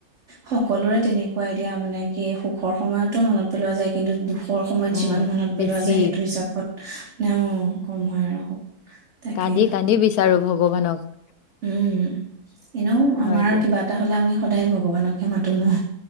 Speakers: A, on the right; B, on the left.
A: সকলোৰে তেনেকুৱাই এতিয়া মানে কি সুখৰ সময়তো মনত পেলোৱা যায় কিন্তু দুখ সুখৰ সময়ত
B: উম
A: যিমান মনত
B: বেছি
A: পেলোৱা যায় সেইটো হিচাপত অ' কম হয় আৰু তাকেই
B: কান্দি
A: ন
B: কান্দি বিচাৰো ভ ভগৱানক
A: উম এনেও আমাৰ
B: হয় দিয়া
A: কিবা এটা হ'লে আমি সদায় ভগৱানকে মাতো নো